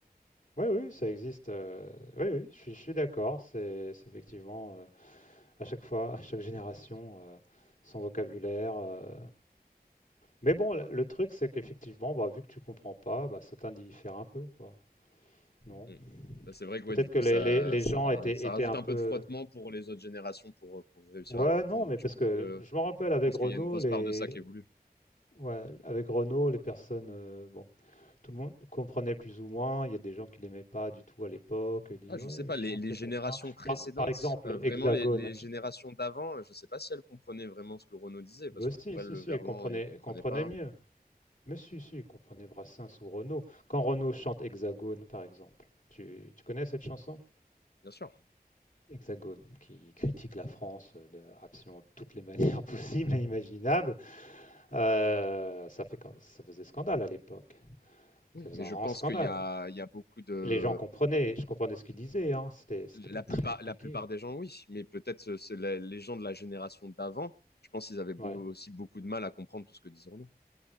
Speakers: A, on the left; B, on the left.
A: Oui, oui, ça existe. euh, oui, oui, je suis, je suis d'accord. C'est c'est effectivement euh, à chaque fois, à chaque génération, euh, son vocabulaire. euh. Mais bon, le, le truc, c'est qu'effectivement, bah, vu que tu comprends pas, bah, ça t'indiffère un peu, quoi. Non.
B: Mm. Bah, c'est vrai que
A: Peut-être
B: ouais, du
A: que
B: coup,
A: les,
B: ça,
A: les- les
B: ça,
A: gens étaient,
B: ça
A: étaient
B: rajoute
A: un
B: un
A: peu.
B: peu de frottement pour les autres générations pour, euh, pour réussir
A: Ouais,
B: à comprendre.
A: non, mais
B: Mais je
A: parce
B: pense
A: que
B: que,
A: je me rappelle
B: je
A: avec
B: pense
A: Renault,
B: qu'il y a une grosse
A: les.
B: part de ça qui est voulu.
A: Ouais, avec Renault, les personnes, euh, bon, Tout le monde comprenait plus ou moins. Il y a des gens qui l'aimaient pas du tout à l'époque, dit:
B: Ah, je
A: «Ouais,
B: sais pas,
A: il chante,
B: les, les
A: c'est
B: générations
A: pas bien».
B: précédentes,
A: Quand par exemple,
B: euh, vraiment
A: Hexagone,
B: les, les générations
A: tu
B: d'avant, je sais pas si elles comprenaient vraiment ce que Renaud disait,
A: mais
B: parce que
A: si,
B: pour
A: si,
B: elles, le
A: si,
B: Verlan,
A: elle comprenait
B: il comprenait
A: elle comprenait
B: pas.
A: mieux. Mais si, si, elle comprenait Brassens ou Renaud. Quand Renaud chante Hexagone, par exemple, tu tu connais cette chanson?
B: Bien sûr.
A: Hexagone, qui critique la France, heu, de absolument toutes les manières <laughs> possibles et imaginables, heu, ça fait quand ça faisait scandale à l'époque.
B: Oui,
A: Ça faisait
B: mais
A: un
B: je
A: grand
B: pense
A: scandale.
B: qu'il y a, il y a beaucoup de,
A: Et les gens comprenaient, je comprenais ce qu'ils disaient, hein, c'était c'était
B: La
A: pas très
B: plupart,
A: compliqué.
B: la plupart des gens, oui, mais peut-être euh, c'est la- les gens de la génération d'avant, je pense qu'ils avaient beau-
A: Ouais.
B: aussi beaucoup de mal à comprendre tout ce que disait Renaud.